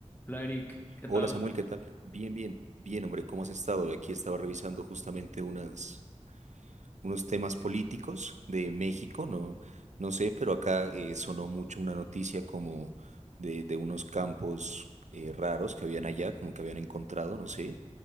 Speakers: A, on the left; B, on the right.
A: Hola Eric, ¿qué
B: Hola
A: tal?
B: Samuel, ¿qué tal? Bien, bien, bien, hombre, ¿cómo has estado? Aquí estaba revisando justamente unas, unos temas políticos de México, no, no sé, pero acá eh, sonó mucho una noticia como de, de unos campos eh, raros que habían allá, como que habían encontrado, no sé,